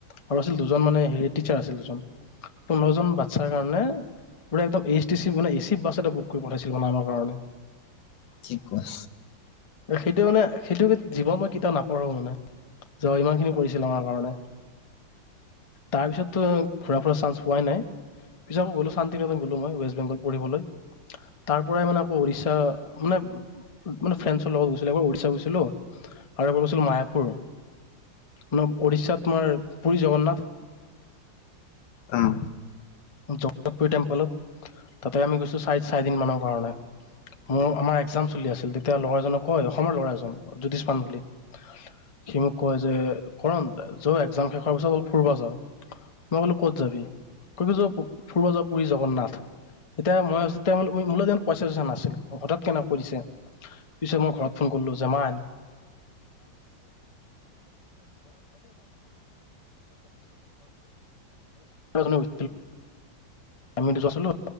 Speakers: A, on the left (about 35°); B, on the left (about 80°).
A: আৰু আছিল দুজন মানে হেৰি টিচাৰ আছিল দুজন পোন্ধৰ জন বাচ্ছাৰ কাৰণে পুৰা একদম এইচ টি চি মানে এচি বাছ এটা বুক কৰি পঠাইছিল মানে আমাৰ কাৰণে।
B: কি কোৱা।
A: সেইটো মানে সেইটো জীৱন মই কেতিয়াও নাপাহৰোঁ মানে। যে ইমান খিনি কৰিছিল আমাৰ কাৰণে। তাৰ পিছততো ঘুৰা ফুৰা চান্স পোৱাই নাই। পিছত গ'লো শান্তিকতন গ'লো মই। ৱেষ্ট বেংগল পঢ়িবলৈ। তাৰ পৰাই মানে উৰিষ্যা মানে মানে ফ্ৰেন্ঞ্চৰ লগত গৈছিলো এবাৰ উৰিষ্যা গৈছিলো। আৰু এবাৰ মায়াপুৰ। ন উৰিষ্যাত তোমাৰ পুুৰী জগন্নাথ
B: আহ।
A: জগতপুৰ টেম্পলত তাতে আমি গৈছো চাৰি-চাৰি দিন মানৰ কাৰণে মোৰ আমাৰ এক্সাম চলি আছিল তেতিয়া লগৰজনক কয় অসমৰ ল'ৰা এজন জ্যোতিষমান বুলি সি মোক কয় যে কৰণ য একজাম শেষ হোৱাৰ পিছত অল ফুৰিবা যাওঁ মই ক'লো ক'ত যাবি? ক কি ফুৰবা যা পুৰী জগন্নাথ এতিয়া মইও মোৰ পইচা চইচা নাছিল হঠাৎ কেনেক কৈ দিছে পিছত মই ঘৰত ফোন কৰিলো যে মা এনেকুৱা আমি দুজন আছিলো